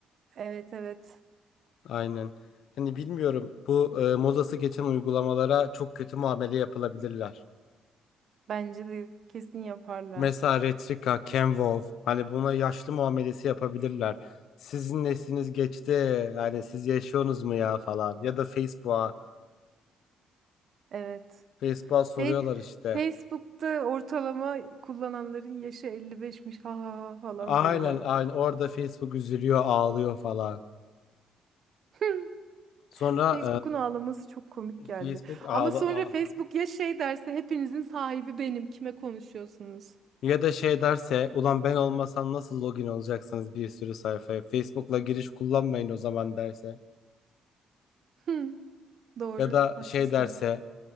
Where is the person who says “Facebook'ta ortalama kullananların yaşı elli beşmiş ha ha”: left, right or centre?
Right